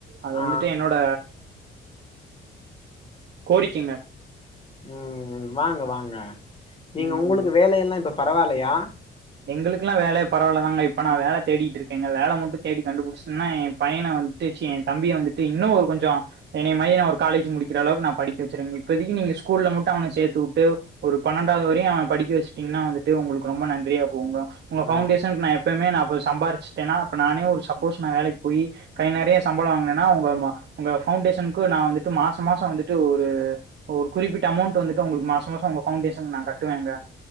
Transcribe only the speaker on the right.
அது
வந்துட்டு என்னோட கோரிக்கங்க
ம்.
எங்குளுக்குலா வேலே பரவால்லதாங்க இப்ப நா வேல தேடிட்ருக்கேங்க வேல மட்டு தேடி கண்டுபுடுஷ்ன்னா எ பைன வந்து டு சி எ தம்பிய வந்துட்டு இன்னோ ஒரு கொஞ்சொ என்னய மாரி நா ஒரு காலேஜ் முடிக்கிற அளவுக்கு நா படிக்க வச்சிர்வேங் இப்பதக்கி நீங்க ஸ்கூல்ல மட்டு அவன சேத்து உட்டு ஒரு பன்னண்டாவ்து வரியு அவ படிக்க வஷ்ட்டீங்னா வந்துட்டு ஒங்களுக்கு ரொம்ப நன்றியப் போங்க உங்க
பவுண்டேஷன்க்கு நா எப்பயுமே நா ஃபஸ் சம்பாிச்சிட்டேனா அப்ப நானே ஒரு சப்போஸ் நா வேலக் போயி கை நரய சம்பள வாங்னோனா உங்க மா உங்க ஃபவுண் டேஷன்க்கு நா வந்துட்டு மாச மாச வந்துட்டு ஒரு ஒரு குறிப்பிட்ட அமோண்ட் வந்துட்டு ஒங்ளுக்கு மாச மாச உங்க ஃபவுண்டேஷன் நா கட்டுவேங்க